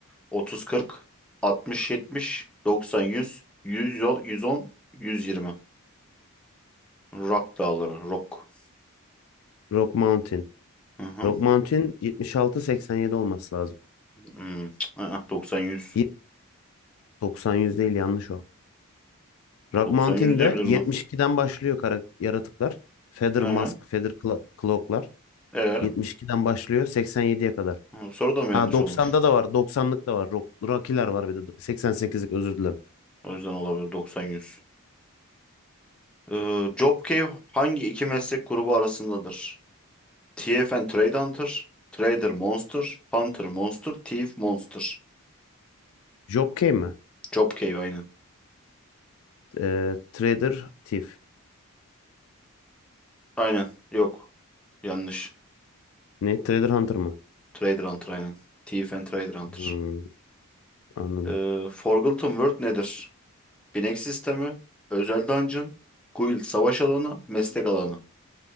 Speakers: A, in the centre; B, on the left (about 65°).
A: 30-40, 60-70, 90-100, 110, 120. Rock dağları. Rock.
B: Rock Mountain.
A: Hı hı.
B: Rock Mountain 76-87 olması lazım.
A: Hmm. Aa, 90-100.
B: Ye- 90 100 değil yanlış o. Rock
A: 90-100
B: Mountain'de
A: diyebilir
B: 72'den
A: mi?
B: başlıyor kara yaratıklar. Feather Mask,
A: He.
B: Feather Cla- Cloak'lar.
A: E.
B: 72'den başlıyor 87'ye kadar.
A: Soru da mı
B: Ha
A: yanlış
B: 90'da
A: olmuş?
B: da var. 90'lık da var. Rock, Rocky'ler var bir de. 88'lik özür dilerim.
A: O yüzden olabilir 90-100. Ee, Job Cave hangi iki meslek grubu arasındadır? Thief and Trade Hunter, Trader Monster, Hunter Monster, Thief Monster.
B: Job Kane mi?
A: Job Cave aynen.
B: Ee, Trader Thief.
A: Aynen. Yok. Yanlış.
B: Ne? Trader Hunter mı?
A: Trader Hunter aynen. Thief and Trader Hunter.
B: Hmm. Anladım.
A: Ee, Forgotten World nedir? Binek sistemi, özel dungeon, guild savaş alanı, meslek alanı.